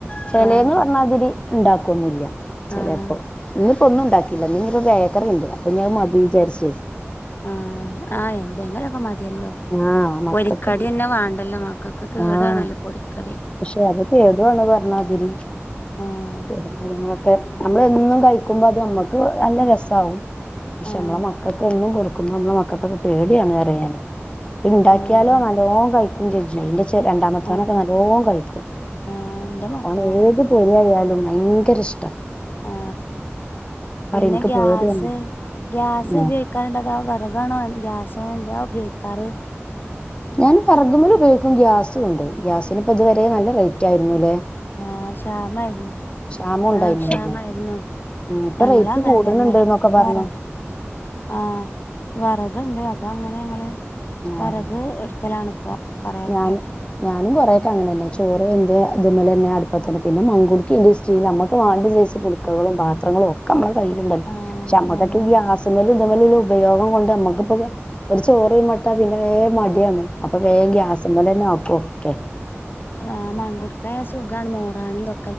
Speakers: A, on the left (about 25°); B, on the left (about 45°).
A: ചിലന്ന്
B: ആഹ്
A: പറഞ്ഞാതിരി ഉണ്ടാക്കുന്നുല്ല ചിലപ്പോ
B: ആഹ്
A: ഒന്നും ഉണ്ടാക്കില്ല നി റണ്ട് അപ്പൊ ഞാൻ മതി വിചാരിച്ച
B: ആ ആഎന്തെങ്കിലുംക്കെ മതിയല്ലോ
A: ആഹ് മക്കൾക്ക്
B: ഒരിക്കടി തന്നെ വേണ്ടല്ലോ മാക്കൊ ഒക്ക കേടാണല്ലോ
A: ആഹ്
B: പൊടിക്ക
A: പക്ഷെ അതൊക്കെ ഏതുണ് പറഞ്ഞാതിരി
B: ആഹ്
A: കുര കാര്യങ്ങളൊക്കെ നമ്മ എന്നും കയീ എടുക്കുമ്പോ അത് നമ്മക്ക് നല്ല രസമാകും പക്ഷെ
B: ആഹ്
A: നമ്മളെ മക്കൾക്ക് ഒന്നും കൊടുക്കുമ്പോ നമ്മളെ മക്കൾക്കൊക്കെ പേടിയാണ് കറിയാന ഇണ്ടാക്കിയാലോ
B: ആഹ് അതെ
A: നല്ലോം കഴിക്ക <unintelligible> രണ്ടാമതോനൊക്കെ
B: ആഹ്
A: <unintelligible> കളിക്കും
B: ആഹ് എന്റെ മക്കളും
A: ഓന ഏത് പുര ആയാല് ലും ഭയങ്കര ഇഷ്ടം
B: ആ പിന്നെ
A: ഇൻക്ക്
B: ഗ്യാസ്
A: പേടിയാണ്
B: ഗ്യാസ്
A: ആഹ്
B: ഉപയോഗിക്കാറുണ്ട ആ വിറകണോ ഗ്യാസ്ണ ജോക്കാറ്
A: ഞാൻ പറഗുമല ഉപയോഗിക്കും ഗ്യാസ കൊണ്ട് ഗ്യാസിന് ഇപ്പ ഇതുവരെ നല്ല റേറ്റ് ആയിരുന്നു അല്ലേ
B: ആഹ് ക്ഷാമായിരുന്നു
A: ക്ഷാമം ഉണ്ടായിരുന്നല്ലോ
B: ആ് ക്ഷാമായിരുന്നു
A: ഉം ഇപ്പൊ
B: ഞങ്ങളും
A: റേറ്റ്
B: അങ്ങനെ
A: കൂട്ണ്
B: തന്നെ
A: ണ്ട്ന്നൊക്കെ പറഞ്ഞു
B: വ ആ വറകണ്ട് അപ്പ അങ്ങനെ ഞങ്ങള് വറക്
A: ആഹ്
B: എടുക്കലാണ് ഇപ്പം കൊറെക്കെ
A: ഞാൻ ഞാനും കുറെക്കെ അങ്ങനെന്നെ ചോറോ എറെ അതു മല തന്നെ അടുപ്പ തന്നെ പിന്നെ മങ്കുട്ക്കിന്റെറെ സ്റ്റീൽ നമുക്ക് വാണ്ട സൈസ് കുട്ക്കകളും പാത്രങ്ങളും ഒക്കെ നമ്മളെ കയ്യില്ണ്ടല്ലോ പക്ഷെ
B: ആ
A: നമ്മുക്കൊ
B: അതെ
A: ഈ ആസ്മ തമ്മ ഉപയോഗം കൊണ്ട് നമ്മുക്കിപ്പ ഒരു ചോറ മട്ടാ പിന്നെ വേ മടിയാണ് അപ്പൊ വേഗം നോപ്പ ഓക്കെ
B: ആ മങ്കുടുക്ക സുഖാണ് മോറൻ ന്തൊ